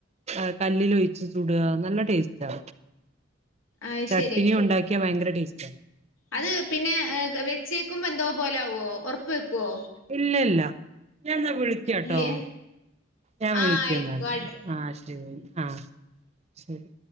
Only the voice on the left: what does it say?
അത്
ശരി
അത് പിന്നെ ഗെ വെച്ചേക്കുമ്പോന്തോ പോലെ ആവോ ഒറപ്പ്ക്കോ
ഇല്ലേ
ആഹ് ആയിക്കോട്ടെ